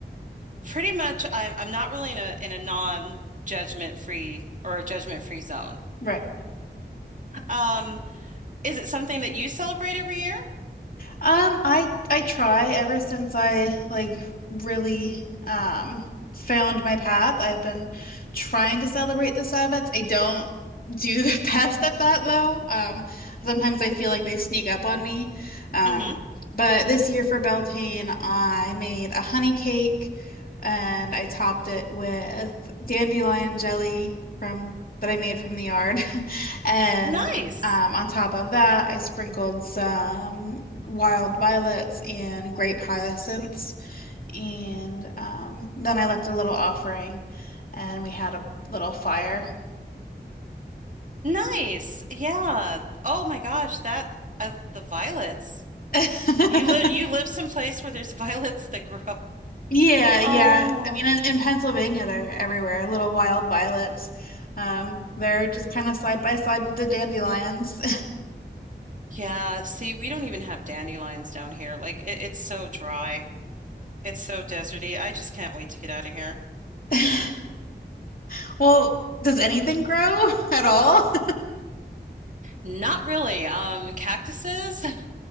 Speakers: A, on the right; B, on the left.
A: pretty much I'm I'm not really in a in a non-judgment free or a judgment free zone.
B: Right.
A: Um Is it something that you celebrate every year?
B: Um, I I try ever since I like really um found my path. I've been trying to celebrate the Sabbats. I don't do the <laughs> best at that though. Um, sometimes I feel like they sneak up on me. Um,
A: hmm
B: but this year for Beltane, I made a honey cake and I topped it with dandelion jelly from that I made from the yard. <laughs> And
A: Nice.
B: Um, on top of that, I sprinkled some wild violets and grape hyacinths, and um, then I left a little offering, and we had a little fire.
A: Nice. Yeah. Oh my gosh, that I the violets.
B: <laughs>
A: You live you live someplace where there's <laughs> violets that grow.
B: Yeah, yeah.
A: Oh.
B: I mean, in, in Pennsylvania, they're everywhere. Little wild violets. Um, they're just kind of side by side with the dandelions.
A: Yeah, see, we don't even have dandelions down here. Like it, it's so dry. It's so deserty. I just can't wait to get out of here.
B: <laughs> Well, does anything grow <laughs> at all? <laughs>
A: Not really. Um, cactuses,